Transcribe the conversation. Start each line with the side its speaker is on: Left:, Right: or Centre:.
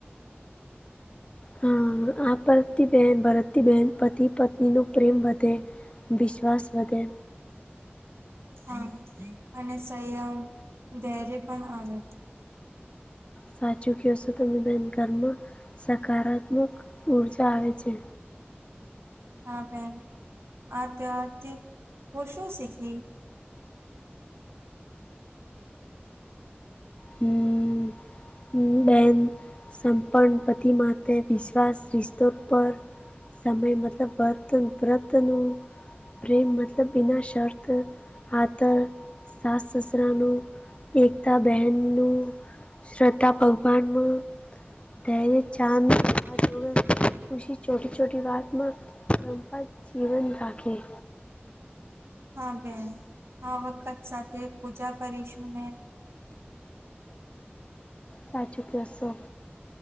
Left: હા આ ભર બહેન ભરતી બહેન પતિ પત્ની નો પ્રેમ વધે. વિશ્વાસ વધે.
Right: હા અને સંયમ દેરી પણ આવે.
Left: સાચું કહશો તને બેન ઘરમાં સકારાત્મક ઊર્જા આવે છે.
Right: હા બેેન આ ત્યોહાર થી હું શું શીખી?
Left: હમ્મ. હમ્મ બેન. સંપન્ન પતિ માટે વિશ્વાસ રિસ્તો પર સમય મતલબ બ્રત વ્રત નું પ્રેમ મતલબ બિના શર્ત આદર સાસ સસુરાનું એકતા બહેનનું શ્રદ્ધા ભગવાનુ તહેરે ચાદ રાહ જોવે ખુશી ચોટી ચોટી વાતમાં પરંપરા જીવન રાખે.
Right: હા બેન આ વખત સાથે પૂજા કરીશું ને
Left: સાચું ક્યો સો.